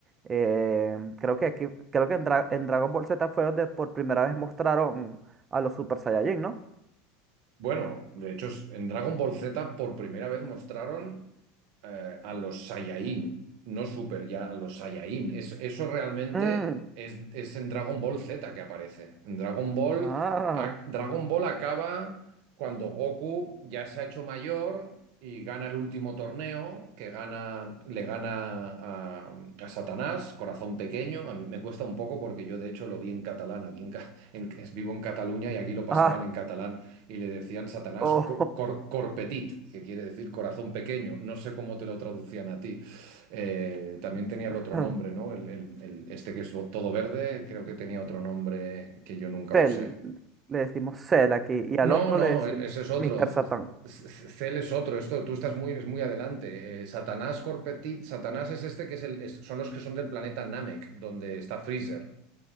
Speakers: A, on the right; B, on the right.
A: eh, creo que aquí, creo que en, Dra- en Dragon Ball Z fue donde por primera vez mostraron a los Super Saiyajin, ¿no?
B: Bueno, de hecho, en Dragon Ball Z por primera vez mostraron eh, a los Saiyajin, no Super, ya a los Saiyajin. Es- eso realmente
A: Mm,
B: es, es en Dragon Ball Z que aparece. En Dragon Ball,
A: ah.
B: a- Dragon Ball acaba cuando Goku ya se ha hecho mayor y gana el último torneo, que gana, le gana a, a Satanás, Corazón Pequeño. A mí me cuesta un poco porque yo de hecho lo vi en catalán. Aquí en, ca- en- vivo en Cataluña y aquí lo pasaban
A: <laughs>
B: en catalán y le decían Satanás
A: O
B: co- cor- corpetit, que quiere decir corazón pequeño. No sé cómo te lo traducían a ti. Eh, también tenía el
A: <laughs>
B: otro nombre, ¿no? El, el- el- este que es todo verde, creo que tenía otro nombre que yo nunca
A: Cell,
B: usé.
A: le decimos Cell aquí, y al
B: No,
A: otro
B: no,
A: le decimos
B: e- ese es otro.
A: Mr.
B: C-
A: Satán.
B: c- Cel es otro. Esto, tú estás muy, es muy adelante. Eh, Satanás Corpetit, Satanás es este que es el, es- son los que son del planeta Namek, donde está Freezer,